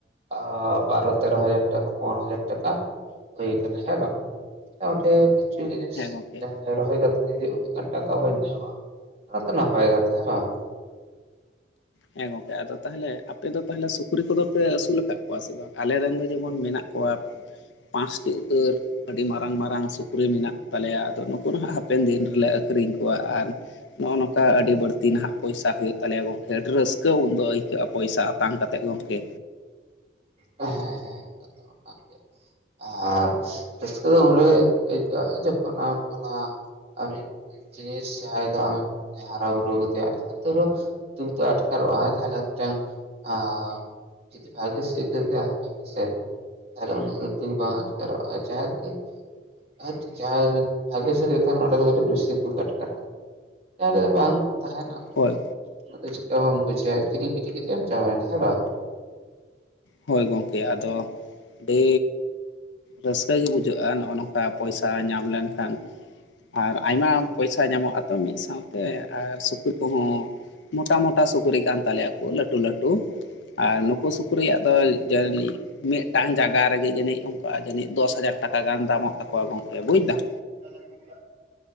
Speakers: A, on the right; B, on the left.
A: ᱟ ᱵᱟᱨᱚ ᱛᱮᱨᱚ ᱦᱟᱡᱟᱨ ᱴᱟᱠᱟ ᱯᱚᱱ ᱦᱟᱡᱟᱨ ᱴᱟᱠᱟ ᱦᱩᱭ ᱟᱠᱟᱱᱟ ᱦᱮᱸ ᱵᱟᱝ ᱚᱱᱰᱮ ᱠᱤᱪᱷᱩ ᱡᱤᱱᱤᱥ
B: ᱦᱮᱸ ᱜᱚᱝᱠᱮ
A: ᱨᱚᱦᱚᱭ ᱠᱟᱛᱮ ᱚᱱᱠᱟᱱ ᱴᱟᱠᱟ ᱵᱚᱱ ᱧᱟᱢᱟ ᱚᱱᱟᱛᱚ ᱱᱟᱯᱟᱭ ᱠᱟᱛᱷᱟ ᱦᱮᱸ ᱵᱟᱝ
B: ᱦᱮᱸ ᱜᱚᱝᱠᱮ ᱟᱫᱚ ᱛᱟᱦᱞᱮ ᱟᱯᱮ ᱫᱚ ᱛᱟᱦᱞᱮ ᱥᱩᱠᱨᱤ ᱠᱚᱫᱚ ᱯᱮ ᱟᱹᱥᱩᱞ ᱟᱠᱟᱫ ᱠᱚᱣᱟ ᱥᱮ ᱵᱟᱝ ᱟᱞᱮᱨᱮᱱ ᱫᱚ ᱡᱮᱢᱚᱱ ᱢᱮᱱᱟᱜ ᱠᱚᱣᱟᱜ ᱯᱟᱸᱪᱴᱤ ᱩᱛᱟᱹᱨ ᱟᱹᱰᱤ ᱢᱟᱨᱟᱝ ᱢᱟᱨᱟᱝ ᱥᱩᱠ ᱥᱩᱠᱨᱤ ᱢᱮᱱᱟᱜ ᱠᱚ ᱛᱟᱞᱮᱭᱟ ᱟᱫᱚ ᱱᱩᱠᱩ ᱢᱟ ᱦᱟᱸᱜ ᱦᱟᱯᱮᱱ ᱫᱤᱱ ᱞᱮ ᱟᱹᱠᱷᱨᱤᱧ ᱠᱚᱣᱟ ᱟᱨ ᱱᱚᱜᱼᱚ ᱱᱚᱝᱠᱟ ᱟᱹᱰᱤ ᱵᱟᱹᱲᱛᱤ ᱱᱟᱦᱟᱜ ᱯᱚᱭᱥᱟ ᱦᱩᱭᱩᱜ ᱛᱟᱞᱮᱭᱟ ᱜᱚᱝᱠᱮ ᱟᱹᱰᱤ ᱨᱟᱹᱥᱠᱟᱹ ᱩᱱᱫᱚ ᱟᱹᱭᱠᱟᱹᱜᱼᱟ ᱯᱚᱭᱥᱟ ᱟᱛᱟᱝ ᱠᱟᱛᱮᱫ ᱜᱚᱢᱠᱮ
A: ᱦᱮᱸ ᱦᱮᱸ ᱠᱟᱛᱷᱟ ᱢᱟ ᱠᱟᱱ ᱜᱮ ᱟᱨ ᱨᱟᱹᱥᱠᱟᱹ ᱫᱚ ᱩᱱᱨᱮᱜᱮ ᱟᱹᱭᱠᱟᱹᱜᱼᱟ ᱡᱚᱠᱷᱚᱱ ᱟᱢ ᱚᱱᱟ ᱟᱢᱤᱡ ᱡᱮᱥ ᱡᱟᱦᱟᱸᱭ ᱫᱚ ᱟᱢ ᱦᱟᱨᱟ ᱵᱩᱨᱩ ᱠᱮᱫᱮᱭᱟ ᱛᱩᱨᱩ ᱫᱩᱠ ᱫᱚ ᱟᱴᱠᱟᱨᱚᱜᱼᱟ ᱡᱟᱦᱟᱸ ᱞᱮᱠᱟᱠᱟᱛᱮᱢ ᱟ ᱡᱩᱫᱤ ᱵᱷᱟᱜᱮ ᱥᱮᱫ ᱮ ᱫᱟᱹᱲ ᱠᱮᱫᱟ ᱟᱨ ᱩᱱᱟᱹᱜ ᱫᱚ ᱫᱩᱠ ᱵᱟᱝ ᱟᱴᱠᱟᱨᱚᱜᱼᱟ ᱡᱟᱦᱟᱸᱭᱟᱜ ᱛᱮ ᱟᱨ ᱡᱟᱦᱟᱸ ᱨᱮ ᱵᱷᱟᱜᱮ ᱥᱮᱫ ᱡᱚᱠᱷᱚᱱ ᱚᱸᱰᱮ ᱫᱚ ᱠᱟᱹᱴᱤᱡ ᱵᱮᱥᱤ ᱫᱩᱠ ᱟᱴᱠᱟᱨᱚᱜᱼᱟ ᱚᱠᱟᱨᱮ ᱵᱟᱝ ᱛᱟᱦᱮᱱᱟ ᱚᱸᱰᱮ
B: ᱦᱳᱭ
A: ᱫᱚ ᱩᱱᱟᱹᱜ ᱫᱚ ᱪᱮᱠᱟ ᱵᱟᱢ ᱵᱩᱡᱷᱟᱣᱟ ᱠᱤᱨᱤ ᱜᱤᱰᱤ ᱠᱟᱛᱮᱢ ᱪᱟᱵᱟᱭᱮᱱᱟ ᱦᱮᱸ ᱵᱟᱝ
B: ᱦᱚᱭ ᱜᱚᱝᱠᱮ ᱟᱫᱚ ᱤ ᱨᱟᱹᱥᱠᱟᱹ ᱜᱮ ᱵᱩᱡᱷᱟᱹᱜᱼᱟ ᱱᱚᱜᱼᱚ ᱱᱚᱝᱠᱟ ᱯᱚᱭᱥᱟ ᱧᱟᱢ ᱞᱮᱱᱠᱷᱟᱱ ᱟᱨ ᱟᱭᱢᱟ ᱯᱚᱭᱥᱟ ᱧᱟᱢᱚᱜ-ᱟ ᱛᱚ ᱢᱤᱫ ᱥᱟᱶᱛᱮ ᱟᱨ ᱥᱩᱠᱨᱤ ᱠᱚᱦᱚᱸ ᱢᱚᱴᱟ ᱢᱚᱴᱟ ᱥᱩᱠᱨᱤ ᱠᱟᱱ ᱛᱟᱞᱮᱭᱟᱠᱚ ᱞᱟᱹᱴᱩ ᱞᱟᱹᱴᱩ ᱟᱨ ᱱᱩᱠᱩ ᱥᱩᱠᱨᱤ ᱛᱚᱞᱡᱟᱱᱤᱡ ᱢᱤᱫᱴᱟᱝ ᱡᱟᱭᱟ ᱨᱮᱜᱮ ᱡᱟᱹᱱᱤᱡ ᱚᱱᱠᱟ ᱡᱟᱹᱱᱤᱡ ᱫᱚᱥ ᱦᱟᱡᱟᱨ ᱴᱟᱠᱟ ᱜᱟᱱ ᱫᱟᱢᱚᱜ ᱛᱟᱠᱚᱣᱟ ᱜᱚᱝᱠᱮ ᱵᱩᱡᱽᱫᱟᱢ
A: ᱥᱟᱞᱟᱜ ᱜᱩᱱᱰᱟ